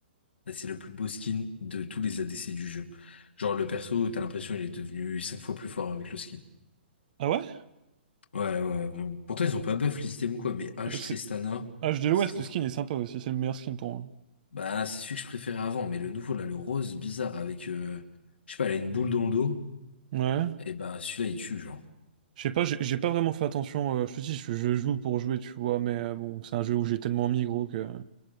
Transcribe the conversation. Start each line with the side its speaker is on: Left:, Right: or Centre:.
Left: Là, c'est le plus beau skin de tous les ADC du jeu. Genre, le perso, t'as l'impression, il est devenu 5 fois plus fort avec le skin.
Right: Ah ouais?
Left: Ouais, ouais, vraiment. Pourtant, ils ont pas buff le système ou quoi, mais H
Right: Euh, C'est...
Left: Tristana,
Right: H de l'Ouest,
Left: c'est trop
Right: le
Left: fort.
Right: skin est sympa aussi. C'est le meilleur skin pour moi.
Left: Bah, c'est celui que je préférais avant, mais le nouveau, là, le rose bizarre avec, euh, je sais pas, elle a une boule dans le dos,
Right: Ouais.
Left: et bah, celui-là, il tue, genre.
Right: Je sais pas, j'ai j'ai pas vraiment fait attention. euh, je te dis, je, je joue pour jouer, tu vois. Mais euh, bon, c'est un jeu où j'ai tellement mis, gros, que.